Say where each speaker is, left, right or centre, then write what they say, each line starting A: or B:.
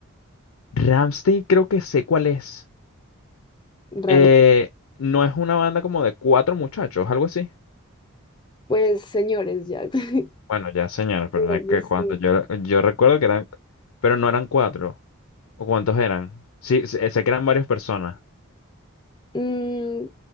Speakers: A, on the left; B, on the left.
A: Ramstein creo que sé cuál es.
B: Ram-
A: Eh, no es una banda como de cuatro muchachos, algo así.
B: pues señores, ya. <laughs>
A: Bueno, ya señor, pero
B: Pues,
A: no es que cuando
B: sí.
A: yo, yo recuerdo que eran, pero no eran cuatro. ¿O cuántos eran? Sí, sé sé que eran varias personas.
B: Mm,